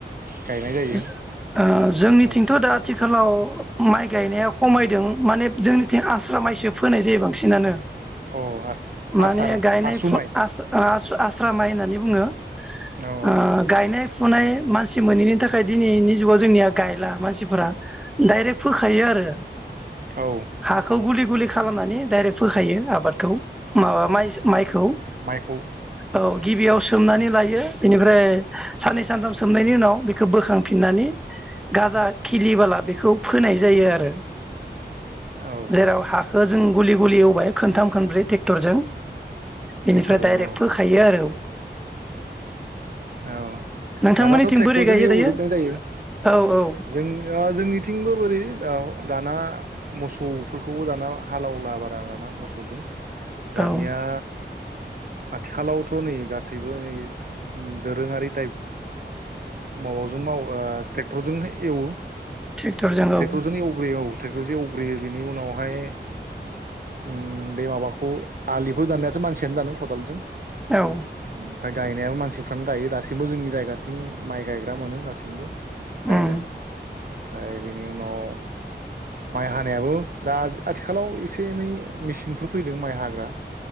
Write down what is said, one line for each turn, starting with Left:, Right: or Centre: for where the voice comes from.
Right: गायनाय जायो
Centre: जो ओ जोंनिथिंथ
Right: औ
Centre: दा आथिं आथिखालाव माइ गायनाया खमायदों माने जोंनिथिं आस्रा माइसो फोनाय जायो बांसिनानो
Right: अ
Centre: माने
Right: आसार
Centre: गायनाय
Right: आसु
Centre: फु
Right: माइ
Centre: आसा ओ आस्रा आस्रा माइ होननानै। बुङो। ओ
Right: औ
Centre: गायनाय फुनाय मानसि मोनैनि थाखाय। दिनैनि जुगाव जोंनिया गायला मानसिफोरा डाइरेक्ट फोखायो आरो
Right: औ
Centre: हाखौ गुलि गुलि खालामनानै। डाइरेक्ट फोखायो आबादखौ। माबा माइ
Right: औ
Centre: माइखौ
Right: माइखौ
Centre: औ गिबियाव सोमनानै
Right: औ
Centre: लायो बेनिफ्राय साननै सानथाम सोबनायनि उनाव बे खो बोखांफिनानै गाजा खिलिबाला बेखौ फोनाय जायो आरो।
Right: औ
Centre: जेराव हाखो जों गुलि गुलि एव‌ बाय खोनथाम खोनब्रै ट्रेक्टरजों बेनिफ्राय
Right: ट्रेक्टरजों
Centre: दडाइरेक्ट
Right: औ
Centre: फोखायो आरो।
Right: औ
Centre: नोंथांमोननिथिं
Right: दानाथ ट्रेक्टरजोंनो
Centre: बोरै गायो
Right: एव
Centre: दायो
Right: एव जोबनाय जायो
Centre: औ औ
Right: जोंनिआ जोंनिथिंबो ओरै दाव दाना मोसौफोरखौबो दाना हालावला बारा दाना मोसौजों। दानिया
Centre: औ
Right: आथिखालावथ नै गासैबो नै दोरोङारि टाइप माबाजों मावो ओ ट्रेक्टरजोंनो एवो।
Centre: ट्रेक्टरजों
Right: ट्रेक्टर
Centre: औ
Right: जोंनो एवगग्रोयो औ। टेक्टरजों एवग्रोयो बेनि उनावहाय ओम बे माबाखौ आलिफोर दाननायाथ मानसियानो दानो। खदालजों। <inaudible>
Centre: औ
Right: ओमफ्राय गायनायाव मानसिफ्रानो गायो दासिमबो जोंनि जायगाथिं माइ गायग्रा मोनो दासिमबो। गायलाय।
Centre: उम
Right: ओमफ्राय बेनि उनाव माइ हानायाबो दा आथिखालाव एसे एनै मेसिनफोर फैदों माइ हाग्रा।